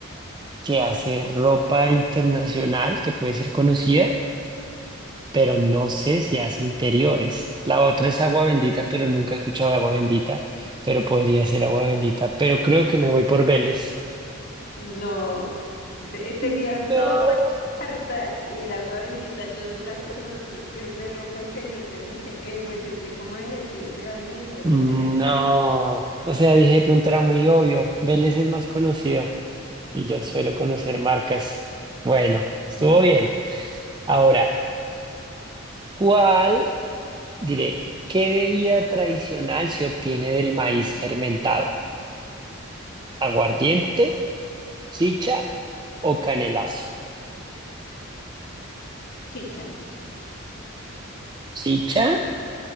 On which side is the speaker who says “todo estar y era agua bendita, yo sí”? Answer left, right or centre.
Left